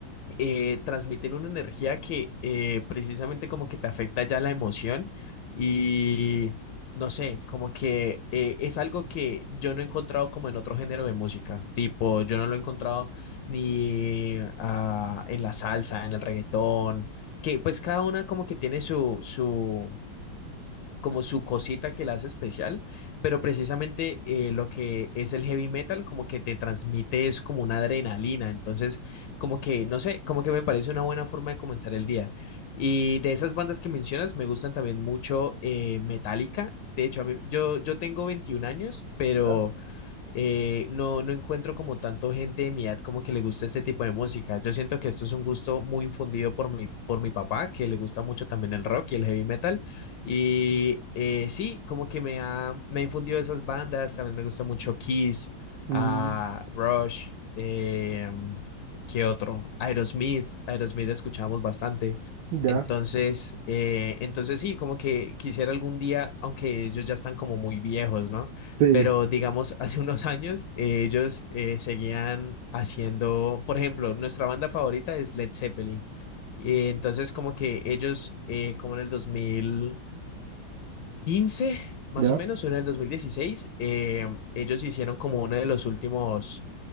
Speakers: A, on the left; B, on the right.
A: eh, transmiten una energía que eh, precisamente como que te afecta ya la emoción y no sé, como que eh, es algo que yo no he encontrado como en otro género de música, tipo, yo no lo he encontrado ni ah, en la salsa, en el reggaetón, que pues cada una como que tiene su, su, como su cosita que la hace especial, pero precisamente eh, lo que es el heavy metal como que te transmite es como una adrenalina, entonces como que, no sé, como que me parece una buena forma de comenzar el día. Y de esas bandas que mencionas, me gustan también mucho eh, Metallica, de hecho, a mí, yo, yo tengo 21 años, pero
B: ¿verdad?
A: eh, no, no encuentro como tanto gente de mi edad como que le gusta este tipo de música. Yo siento que esto es un gusto muy infundido por mi, por mi papá, que le gusta mucho también el rock y el heavy metal. Y eh, sí, como que me ha, me ha infundido esas bandas. También me gusta mucho Kiss,
B: Mm,
A: ah, Rush, eh, ¿qué otro? Aerosmith. Aerosmith escuchábamos bastante.
B: ya.
A: Entonces, eh, entonces sí, como que quisiera algún día, aunque ellos ya están como muy viejos, ¿no?
B: Sí,
A: pero digamos, <laughs> hace unos años eh, ellos eh, seguían haciendo, por ejemplo, nuestra banda favorita es Led Zeppelin. Y entonces, como que ellos, eh, como en el dos mil quince más
B: ya,
A: o menos, o en el 2016, eh, ellos hicieron como uno de los últimos,